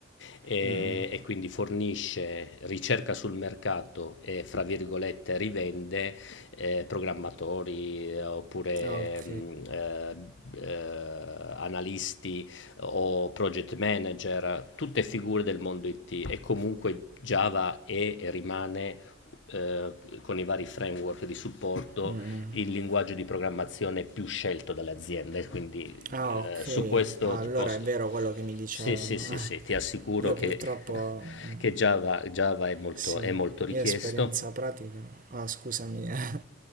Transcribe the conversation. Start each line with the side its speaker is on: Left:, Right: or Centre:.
Left: e,
Right: mm, mm. mm.
Left: e quindi fornisce ricerca sul mercato e fra virgolette rivende eh, programmatori eh, oppure
Right: Ah, ok.
Left: mh, eh, eh, analisti o project manager, tutte figure del mondo IT e comunque Java è e rimane eh, con i vari framework di supporto
Right: Mm, mm.
Left: il linguaggio di programmazione più scelto dalle aziende, quindi
Right: Ah,
Left: eh,
Right: ok.
Left: su questo
Right: Ah,
Left: ti
Right: allora
Left: posso...
Right: è vero quello che mi dicevano.
Left: Sì, sì, sì, sì, ti assicuro
Right: <laughs> Io
Left: che,
Right: purtroppo...
Left: <laughs>
Right: mm,
Left: che Java, Java è molto,
Right: Sì,
Left: è molto richiesto.
Right: io esperienza pratica. Ah, scusami. <laughs>